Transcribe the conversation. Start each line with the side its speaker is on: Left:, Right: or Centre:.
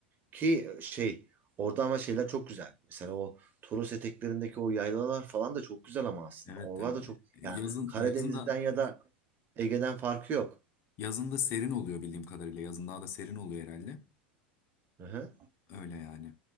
Right: Ki e, şey orada ama şeyler çok güzel. Mesela o Toros eteklerindeki o yaylalar falan da çok güzel ama aslında.
Left: Evet
Right: Oralar
Left: hem
Right: da çok
Left: e,
Right: yani
Left: yazın
Right: Karadeniz'den
Left: yazın da
Right: ya da Ege'den farkı yok.
Left: yazın da serin oluyor bildiğim kadarıyla. Yazın daha da serin oluyor herhalde.
Right: Hı hı.
Left: Öyle yani.